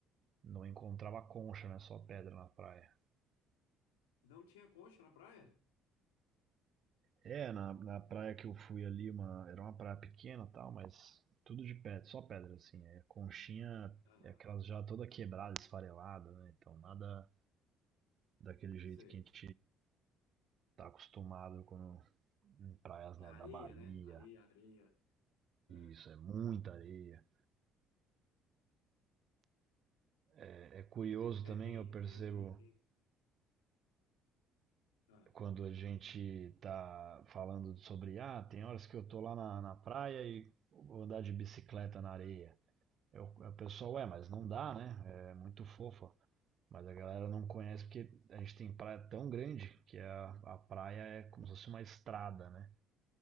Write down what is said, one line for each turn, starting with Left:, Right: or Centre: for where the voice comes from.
Right: não encontrava concha, né? Só pedra na praia.
Left: não tinha concha na praia?
Right: É, na, na praia que eu fui ali, uma, era uma praia pequena e tal, mas tudo de pedra, só pedra, assim. É, conchinha,
Left: Ah,
Right: é aquelas já toda quebrada, esfarelada, né? Então nada daquele jeito
Left: sei.
Right: que a gente tá acostumado quando, em praias,
Left: Que
Right: né,
Left: é areia,
Right: da Bahia.
Left: né? Areia, areia. É,
Right: Isso, é muita areia. É, é curioso
Left: é, é,
Right: também,
Left: tem,
Right: eu percebo
Left: tem, tem. Ah,
Right: quando a gente tá falando sobre, ah, tem horas que eu tô lá na, na praia e vou andar de bicicleta na areia. Eu, o pessoal, é, mas não dá, né? É muito fofa. Mas a galera não conhece porque a gente tem praia tão grande que a, a praia é como se fosse uma estrada, né?